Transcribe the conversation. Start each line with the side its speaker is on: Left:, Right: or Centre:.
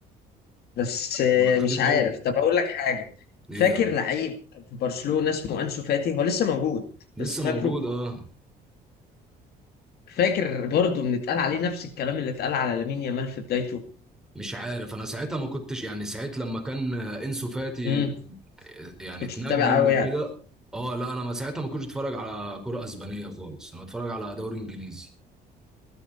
Left: بس آه،
Centre: الواد غريب
Left: مش عارف
Centre: قوي
Left: طب اقول لك حاجة
Centre: ايه
Left: فاكر لعيب في برشلونة اسمه انسو فاتي هو لسه موجود
Centre: لسه
Left: بس فاكره
Centre: موجود اه
Left: فاكر برضه ان اتقال عليه نفس الكلام اللي اتقال على لامين يامال في بدايته
Centre: مش عارف انا ساعتها ما كنتش يعني ساعت لما كان انسو فاتي
Left: امم
Centre: يعني
Left: كنتش
Centre: اتنجم
Left: متابع قوي
Centre: وكده
Left: يعني
Centre: اه لا انا ما ساعتها ما كنتش اتفرج على كرة اسبانية خالص انا بتفرج على دوري انجليزي